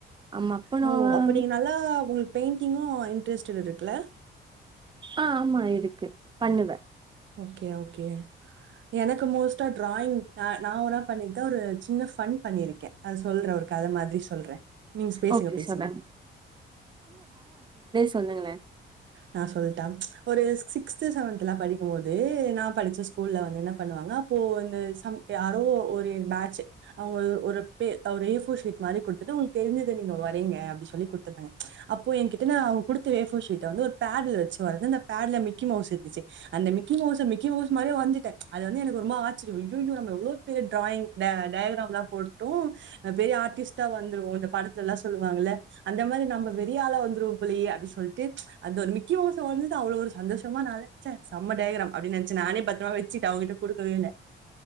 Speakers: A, on the right; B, on the right.
A: ஆமா அப்போ
B: ஓ
A: நான்
B: அப்ப நீங்க நல்லா உங்களு பெயிண்டிங்கு இன்ட்ரெஸ்டட் இருக்குல
A: ஆஹ் ஆமா இருக்கு பண்ணுவ
B: ஓகே ஓகே எனக்கு மோஸ்ட்டா டிராயிங் நா என பண்ணியிருக்கே ஒரு சின்ன ஃபண் பண்ணிருக்கே அது சொல்றே ஒரு கத மாதிரி சொல்றே நீங்க பேசுங்க
A: ஓகே
B: பேசுங்க
A: சொல்லுங்க சொல்லுங்களே
B: நான் சொல்ட்டா ஒரு சிக்ஸ்த் செவன்த்லா படிக்கு போது நா படிச்ச ஸ்கூல்ல வந்து என்ன பண்ணுவாங்க அப்போ இந்த யாரோ ஒரு பேட்ச் அவங்க ஒரு ஒரு ஏபோர்ஷீட் மாரி குடுத்துட்டு உங்களுக்கு தெரிஞ்சத நீங்க வர ங்க அப்டி சொல்லி குடுத்துடாங்க அப்போ எனக்கு அவங்க குடுத்த ஏஃபோர் ஷீட்ட வந்து ஒரு பேடுல வச்சு வரஞ்ச அந்த பேட்ல மிக்கி மவுஸ் இருந்துச்சு அந்த மிக்கி மவுச மிக்கி மவுஸ் மாரியே வரஞ்சுட்டே அது வந்து எனக்கு ரொம்ப ஆச்சுர்ய அய்யய்யோ நம்ம எவ்வளோ பெரிய டிராயிங் டயகிராம்லா போட்டு பெரிய ஆர்டிஸ்டா வந்துரூவோ இந்த படத்துலலா சொல்லுவாங்கல்ல அந்த மாரி நம்ம பெரிய ஆளா வந்துருவோம் போலயே அப்டின்னு சொல்லிட்டு அது ஒரு மிக்கிமவ்ஷ் வரஞ்சது அவ்வளவு ஒரு சந்தோஷமா நா நெனச்ச செம்ம டயகராம் அப்டின்னு நெனச்சு நானே பத்தரமா வச்சுட்டே அவங்கிட்ட கொடுக்கவே இல்ல